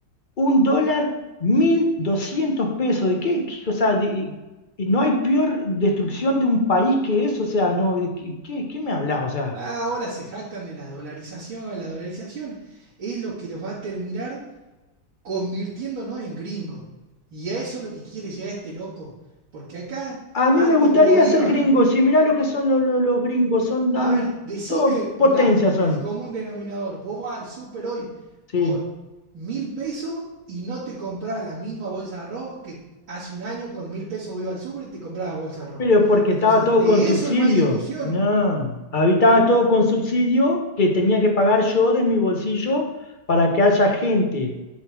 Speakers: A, on the left; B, on the right.
A: un dólar, 1.200 pesos. ¿De qué? O sea, de- no hay peor destrucción de un país que eso. O sea, no, ¿de ¿qué, qué- me hablas O sea,
B: Ah, ahora se jactan de la dolarización. La dolarización es lo que los va a terminar convirtiéndonos en gringos. Y a eso es lo que quiere llegar este loco. Porque acá
A: A
B: antes
A: mí me gustaría
B: vos ibas
A: ser gringo, si mirá lo que son lo- lo- los, gringos, son
B: A
A: dan,
B: ver, decime,
A: todo potencia
B: mirá,
A: son,
B: el común denominador. Vos vas al súper hoy
A: sí.
B: con mil pesos y no te compras la misma bolsa de arroz que hace un año con mil pesos vos ibas al súper y te comprabas la bolsa de arroz.
A: Pero porque
B: Entonces,
A: estaba
B: ante
A: todo con subsidio,
B: eso no hay discusión.
A: no. Habitaba todo con subsidio que tenía que pagar yo de mi bolsillo para que haya gente